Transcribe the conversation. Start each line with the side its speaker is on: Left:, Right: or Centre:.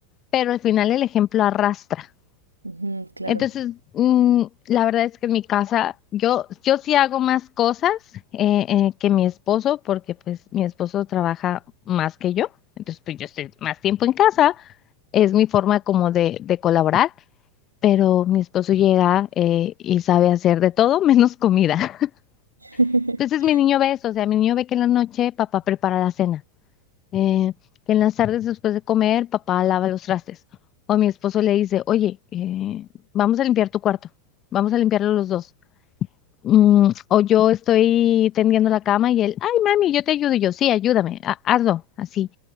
Left: pero al final el ejemplo arrastra.
Right: Ujú, claro.
Left: Entonces, mm, la verdad es que en mi casa yo, yo sí hago más cosas eh, eh, que mi esposo, porque pues mi esposo trabaja más que yo, entonces pues yo estoy más tiempo en casa, es mi forma como de, de colaborar, pero mi esposo llega eh, y sabe hacer de todo menos comida.
Right: <laughs>
Left: <laughs> Entonces mi niño ve eso, o sea, mi niño ve que en la noche papá prepara la cena eh, que en las tardes después de comer, papá lava los trastes. O mi esposo le dice, oye, eh, vamos a limpiar tu cuarto, vamos a limpiarlo los dos. Mm, o yo estoy tendiendo la cama y él, ay, mami, yo te ayudo. Y yo, sí, ayúdame, ha- hazlo, así.